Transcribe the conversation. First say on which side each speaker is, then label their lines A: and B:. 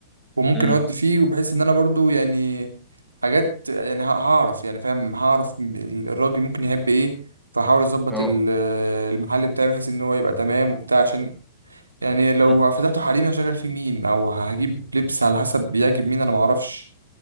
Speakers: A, on the right (about 85°); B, in the centre.
A: وممكن
B: امم
A: اودي فيه وبحس ان انا برضو يعني حاجات يعني ه- هعرف يعني فاهم هعرف م- ال- الراجل ممكن يحب ايه فحاول اظبط
B: اه
A: ال- المحل بتاعي بحيث ان هو يبقى تمام وبتاع عشان يعني لو
B: امم
A: فتحته حريمي هشغل فيه مين او هجيب لبس على حسب بيعجب مين انا معرفش